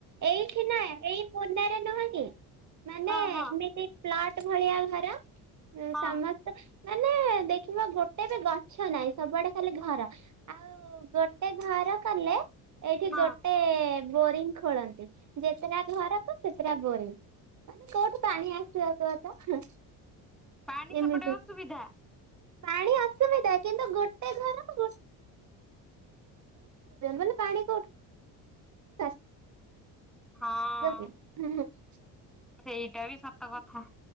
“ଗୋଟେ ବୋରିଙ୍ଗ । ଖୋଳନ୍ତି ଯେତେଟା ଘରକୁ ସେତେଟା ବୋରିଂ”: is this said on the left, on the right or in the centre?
Right